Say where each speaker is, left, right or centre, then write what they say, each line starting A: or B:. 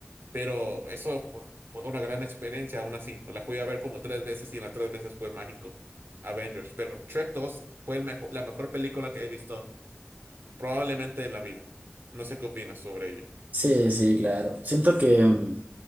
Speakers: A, on the right; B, on the right.
A: pero eso ju- fue una gran experiencia aún así. La fui a ver como tres veces y en las tres veces fue mágico. Avengers, pero Trek 2 fue el mejo- la mejor película que he visto Probablemente en la vida. No sé qué opinas sobre ello.
B: Sí, sí, claro. Siento que, mm,